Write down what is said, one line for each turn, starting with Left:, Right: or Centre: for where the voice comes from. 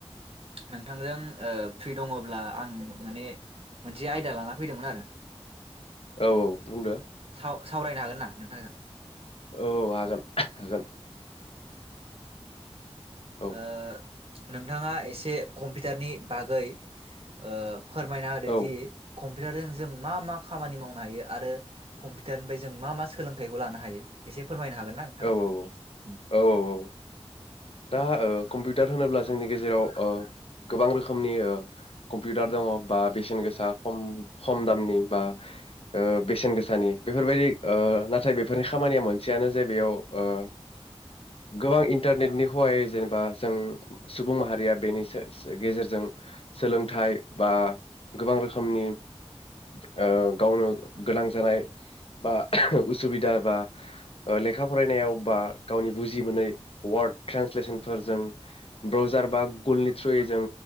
Right: नोंथांजों ओ फ्रि दङब्ला आं माने मोनसे आयदा लाना फैदोंमोन आरो।
Left: औ - औ बुंदो।
Right: अ साव सावरायनो हागोन ना नोंथांजों
Left: औ औ हागोन-हागोन।
Right: ओ
Left: औ
Right: नोंथाङा एसे कम्पिउटारनि बागै ओ फोरमायना होदोदि
Left: औ
Right: कम कम्पिउटारजों जों मा-मा खामानि मावनो हायो आरो कम्पिउटारनिफ्राय जों मा मा सोलोंथाइखौ लानो हायो एसे फोरमायनो हागोन ना नोंथां
Left: औ-औ-ओ-औ-औ
Right: उम
Left: दा ओ कम्पिउटार ओ होनोब्ला जोंनि गेजेराव गोबां रोखोमनि ओ कम्पिउटार दङ' बा बेसेन गोसा खम खम दामनि बा ओ बेसेन गोसानि बेफोरबायदि ओ नाथाय बेफोरनि ओ खामानिया मोनसेयानो जे बेयाव ओ गोबां इन्टारनेटनि हहायै जेनेबा जों सुबुं माहारिया बेनि गेजेरजों सोलोंथाइ बा गोबां रोखोमनि ओ गावनो गोनां जानाय बा उसुबिदा बा ओ लेखा फरायनायाव बा गावनि बुजि मोनै वार्ड ट्रेन्सलेसनफोरजों ब्रावजार बा गुगोलनि थ्रुयै जों